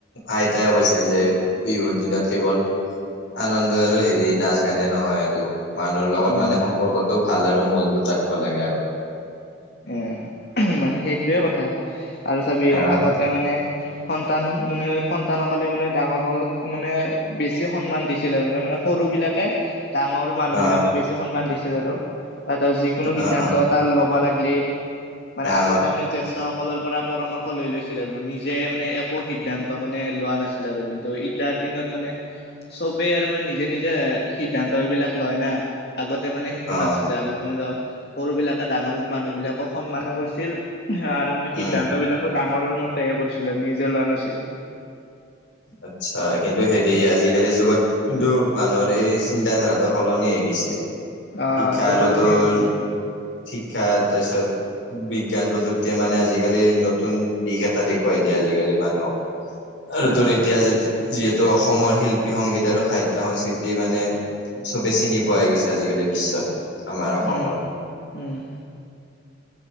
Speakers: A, on the left; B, on the left.
A: আইতাইে কৈছিল যে বিহুৰ দিনত কেৱল আনন্দ আৰু হেৰি নাচ গানে নহয় আৰু মানুহৰ লগত
B: উম
A: মানে সম্পৰ্কটো ভাল আৰু মজবুত ৰাখিব লাগে আগতে।
B: উম, মানে সেইটোৱে কথা আৰু চাবি
A: আহ
B: আগতে মানে সন্তান মানে সন্তানসকলে মানে ডাঙৰ সকলক মানে বেছি সন্মান দিছিল আৰু মানে মানে সৰু বিলাকে। ডাঙৰ মানুহ
A: আহ
B: বিলাকো বেছি সন্মান দিছে আৰু তাত যিকোনো সিদ্ধান্ত
A: আহ আহ
B: এটা ল'ব লাগে। মানে
A: আহ
B: আগতে মানে জ্যেষ্ঠ সকলৰ পৰা পৰামৰ্শ লৈ লৈছিলে আৰু মানে নিজে মানে একো সিদ্ধান্ত মানে লোৱা নাছিল আৰু কিন্তু এতিয়া দিনত মানে চবেই আৰু মানে নিজে নিজে সিদ্ধান্ত বিলাক লয় না আগতে মানে সেইটো
A: আহ
B: নাছিলে আগতে মানে ধৰ সৰু বিলাকে ডাঙৰ মানুহ বিলাক ক সন্মানো কৰিছিল। আৰু মানে সিদ্ধান্ত
A: উম
B: বিলাকো ডাঙৰৰ মতেহে কৰিছিলে, নিজে লোৱা নাছিল।
A: আচ্ছা, কিন্তু হেৰি আজিকালি যুগত কিন্তু মানুহৰ এই চিন্তা ধাৰাটো সলনিয়েই।
B: অ
A: শিক্ষা
B: এইটো
A: আৰু
B: সলনি
A: তোৰ,
B: হৈছে
A: শিক্ষা তাৰপিছত বিজ্ঞান প্ৰযুক্তিয়ে মানে আজিকালি নতুন দিশ এটা দেখুৱাই দিয়ে, আজিকালি মানুহক।
B: উম
A: য'ত এতিয়া যিহেতু অসমৰ শিল্পী সংগীত আৰু সাহিত্য সংস্কৃতি মানে চবে চিনি পোৱা হৈ গৈছে আজিকালি বিশ্বত। আমাৰ অসমৰ।
B: উম উম।